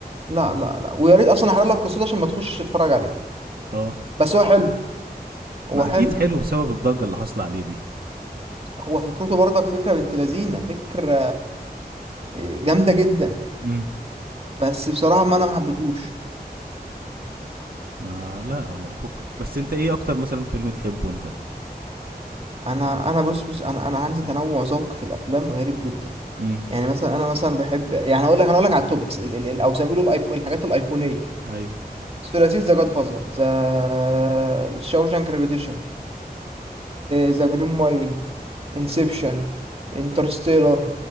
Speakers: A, on the right; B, on the right.
A: لا لا لا ويا ريت اصلا احرق لك قصته عشان ما تخشش تتفرج عليه
B: اه
A: بس هو حلو هو
B: ما
A: حلو
B: اكيد حلو بسبب الضجة اللي حاصلة عليه دي
A: هو فكرته برضك فكره بنت لذينه فكره اه، جامده جدا
B: امم
A: بس بصراحه ما انا ما حبيتهوش
B: ما لا ما فك بس انت ايه اكتر مثلا فيلم تحبه انت
A: انا انا بص بص انا انا عندي تنوع ذوق في الافلام غريب جدا
B: امم
A: يعني مثلا انا مثلا بحب يعني اقول لك انا اقول لك على التوبكس او زي ما بيقولوا الأيقو- الحاجات الايقونيه
B: ايوه
A: ثلاثية ذا جاد فازر ذا شاوشانك ريبيتيشن ذا جرين مايل انسبشن انترستيلر